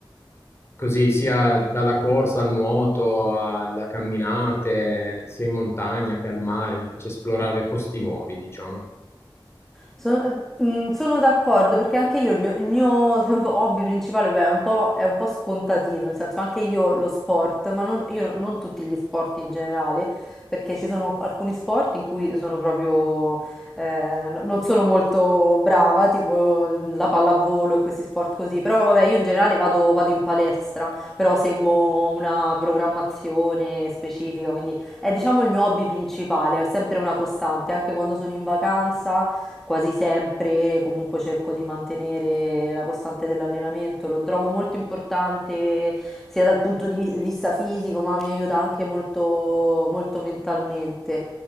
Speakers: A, on the left; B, in the centre.
A: così, sia dalla corsa al nuoto, alla camminate, sia in montagna che al mare, mi piace esplorare posti nuovi, diciamo.
B: Sono, mm, sono d'accordo perché anche io il mio, il mio <laughs> hobby principale beh, è un po', è un po' scontatino, nel senso anche io lo sport, ma non, io non tutti gli sport in generale, perché ci sono alcuni sport in cui sono proprio, eh, no- non sono molto brava, tipo la pallavolo e questi sport così, però vabbè io in generale vado, vado in palestra, però seguo una programmazione specifica, quindi è diciamo il mio hobby principale, è sempre una costante, anche quando sono in vacanza quasi sempre, comunque cerco di mantenere la costante dell'allenamento, lo trovo molto importante sia dal punto di vista fisico, ma mi aiuta anche molto, molto mentalmente.